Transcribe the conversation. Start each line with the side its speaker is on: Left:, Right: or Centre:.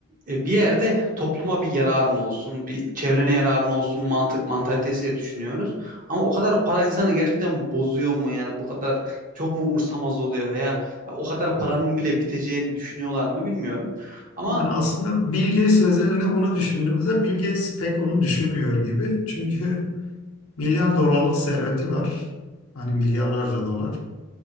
Right: e, bir yerde topluma bir yararın olsun, bir çevrene yararın olsun mantık mantalitesiyle düşünüyoruz. Ama o kadar para insanı gerçekten bozuyor mu yani bu kadar çok mu umursamaz oluyor veya o kadar paranın bile biteceğini düşünüyorlar mı bilmiyorum. Ama
Left: Yani aslında Bill Gates özelinde bunu düşündüğümüzde Bill Gates pek onu düşünmüyor gibi. Çünkü milyar dolarlık serveti var. Hani milyarlarca dolar.